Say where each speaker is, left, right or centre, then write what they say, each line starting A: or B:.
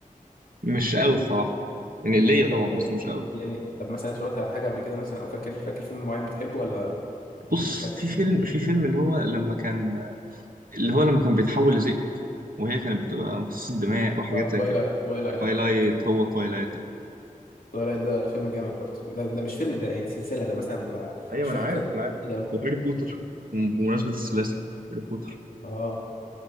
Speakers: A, on the right (about 80°); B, on the left (about 85°).
A: مش قوي الصراحة يعني ليا طبعا
B: طب
A: بس مش قوي
B: يعني طب مثلا اتفرجت على حاجه قبل كده مثلا او فاكر فاكر فيلم معين بتحبه ولا
A: بص
B: مش فاكر
A: في فيلم في فيلم اللي هو لما كان اللي هو لما كان بيتحول لذئب وهي كانت بتبقى مصاصة دماء وحاجات
B: اه
A: زي
B: توايلايت
A: كده
B: توايلايت
A: توايلايت
B: اه
A: هو توايلايت ده
B: توايلايت ده فيلم جامد برضه ده, ده مش فيلم ده يعني دي سلسله ده مثلا بتاع
A: ايوه
B: مش فاكر
A: انا عارف
B: كام جزء
A: انا عارف
B: كتير قوي
A: وهاري بوتر بمناسبة السلاسل بقى هاري بوتر
B: اه